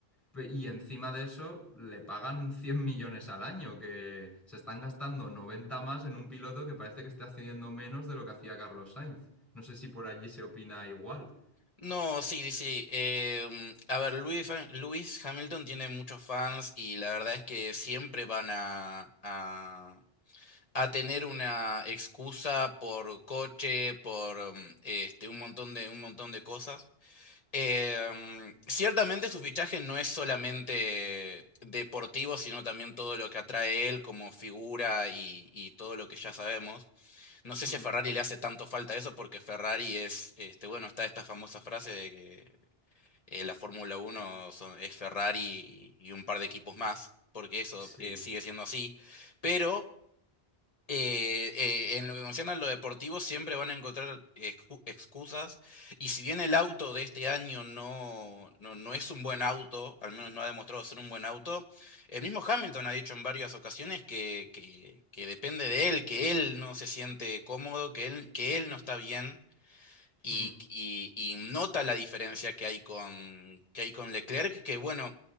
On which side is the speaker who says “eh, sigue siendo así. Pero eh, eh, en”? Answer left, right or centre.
Left